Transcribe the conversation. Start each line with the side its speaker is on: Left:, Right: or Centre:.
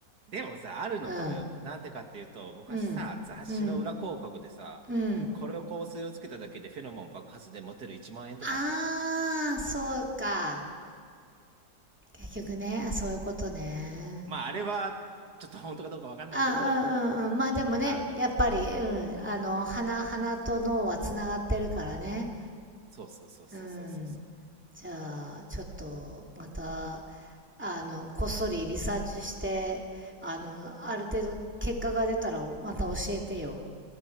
Right: でもさ、あるのかもよ。
Centre: うん。
Right: なんでかっていうと、昔さ、
Centre: うん。
Right: 雑誌の裏広告でさ、
Centre: うん。うん。
Right: これを香水をつけただけでフェロモン爆発でモテる1万円とかあったじゃん。
Centre: あー、そうか。結局ね、そういうことね。
Right: まあ、あれは、ちょっと本当かどうかわかんないけど、
Centre: あ、うんうんうん。まあでもね、
Right: あるのかもよ。
Centre: やっぱり、うん。
Right: うん。
Centre: あの、鼻、鼻と脳はつながってるからね。
Right: そうそうそうそうそうそうそ
Centre: うん。じゃあ、ちょっと、また、あの、こっそりリサーチして、あの、ある程度結果が出たら、また教えてよ。